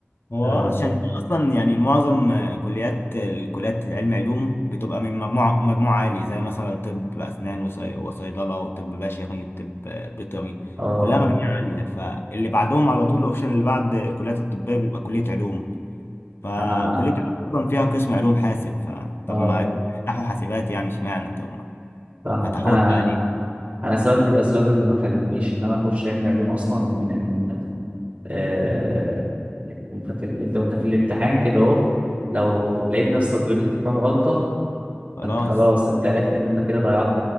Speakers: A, on the left; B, on the right.
A: هو
B: آه
A: عشان اصلا يعني معظم آه، كليات الكليات العلم علوم بتبقى من مجموعه مجموعه عالي زي مثلا طب اسنان وصي- وصيدله وطب بشري وطب آه، بيطري
B: آه
A: كلها مجاميع عاليه فاللي بعدهم على طول الاوبشن اللي بعد الكليات الطبيه بيبقى كليه علوم فكليه
B: أنا
A: علوم اصلا فيها قسم علوم حاسب فطب
B: آه
A: ما فتحوا حاسبات يعني اشمعنى طب ما
B: فاهمك،
A: فتحوها
B: أنا
A: بقى ليه
B: أنا سبب من الأسباب اللي ما خلونيش إن أنا أخش علم علوم أصلا من من آه أنت في أنت وأنت في الامتحان كده أهو لو لقيت نفسك غلطت كام غلطة
A: خلاص
B: انت خلاص انت عرفت ان انت كده ضيعت